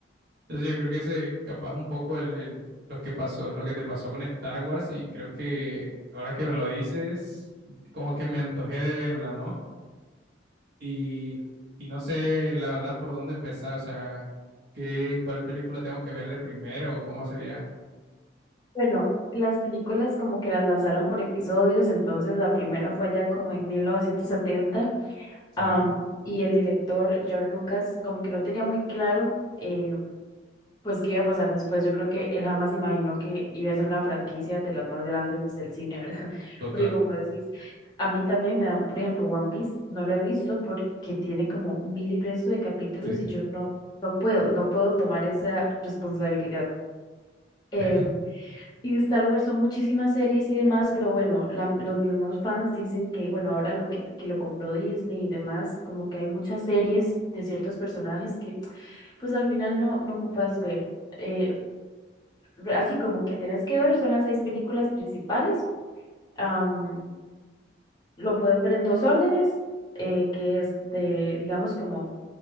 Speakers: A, on the right; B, on the left.
A: Entonces yo creo que ese capaz un poco el, el- lo que pasó, lo que te pasó con Star Wars y creo que ahora que me lo dices, como que me antojé de verla, ¿no? Y, y no sé la verdad por dónde empezar, o sea, qué, cuál película tengo que ver de primero o cómo sería.
B: Bueno, las películas como que las lanzaron por episodios, entonces la primera fue allá como en 1970,
A: Sí,
B: am, y el director George Lucas como que no tenía muy claro eh, pues qué iba a pasar después. Yo creo que él jamás imaginó que iba a ser una franquicia de las más grandes del cine, ¿verdad? <laughs>
A: total.
B: Porque como decís, a mí también me dan, por ejemplo, One Piece no lo he visto porque tiene como mil y resto de capítulos
A: Sí,
B: y yo no, no puedo, no puedo tomar esa responsabilidad. Em,
A: <laughs>
B: y de Star Wars son muchísimas series y demás, pero bueno, la- los mismos fans dicen que, bueno, ahora lo que, que lo compró Disney y demás, como que hay muchas series de ciertos personajes que pues al final no, no ocupas ver. Eh, re- así como que tenés que ver, son las seis películas principales. am, lo puedes ver en dos órdenes, eh, que es de, digamos, como,